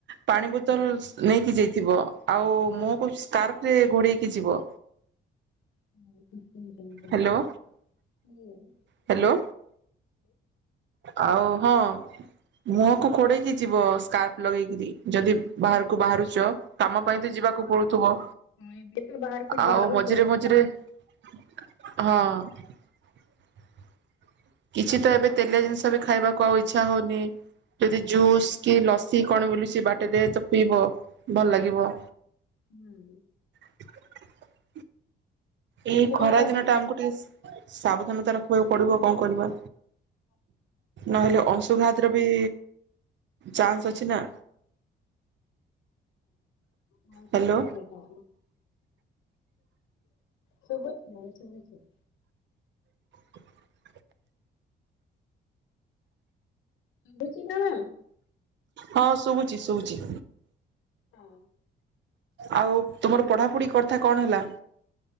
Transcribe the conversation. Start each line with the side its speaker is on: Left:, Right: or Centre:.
Right: ପାଣି
Left: ହୁଁ
Right: ବୋତଲ ନେଇକି ଯାଇ ଥିବ ଆଉ ମୁହଁକୁ ସ୍କାର୍ଫ ରେ ଘୋଡେଇକି ଯିବ।
Left: ହମ
Right: ହ୍ୟାଲୋ
Left: ହୁଁ
Right: ହ୍ୟାଲୋ ଆଉ ହଁ ମୁହଁକୁ ଖୋଡେଇକି ଯିବ ସ୍କାର୍ପ ଲଗେଇକିରି। ଯଦି
Left: ହଁ
Right: ବାହାରକୁ ବାହାରୁଛ। କାମ ପାଇଁ ତ ଯିବାକୁ ପଡୁଥିବ।
Left: ହଁ ଏବେ ତ ବାହାରକୁ
Right: ଆଉ
Left: ଯିବାକୁ
Right: ମଝିରେ
Left: ପଡୁଛି
Right: ମଝିରେ ହଁ କିଛି ତ ଏବେ ତେଲିଆ ଜିନିଷ ବି ଖାଇବାକୁ ଆଉ ଇଚ୍ଛା ହଉନି ଯଦି ଜୁସ୍ କି ଲସି କଣ ମିଲୁଛି ବାଟରେ ତ ପିଇବ ଭଲ ଲାଗିବ।
Left: ହୁଁ।
Right: <inaudible> ଏଇ
Left: ସେଇଟା
Right: ଖରା
Left: ତ
Right: ଦିନ
Left: ହଁ
Right: ଟା ଆମକୁ ଟିକେ ସାବଧାନତାର ହକୁ ପଡିବ କଣ କରିବା ନହେଲେ ଅଂଶୁଘାତର ବି ଚାନ୍ସ ଅଛି ନା।
Left: ହଁ
Right: ହ୍ୟାଲୋ
Left: ସଚି ସେଇଟା ଶୁଭୁଛି ନାହି ସୁଭୁଛି
Right: <inaudible>
Left: <inaudible> ଶୁଭିଛି ନା
Right: ହଁ ଶୁଭୁଛି ଶୁଭୁଛି।
Left: ହଁ।
Right: ଆଉ ତୁମର ପଢାପଢି କଥା କଣ ହେଲା?